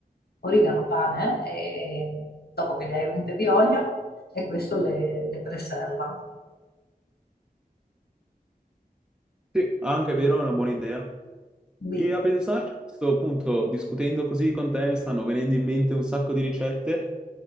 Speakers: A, on the left; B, in the centre.
A: origano, pane, eh, e dopo che le hai unte di olio, e questo le, le preserva.
B: Sì, Ah, anche è vero, è una buona idea.
A: Quindi,
B: E a pensarci, a questo punto, discutendo così con te, mi stanno venendo in mente un sacco di ricette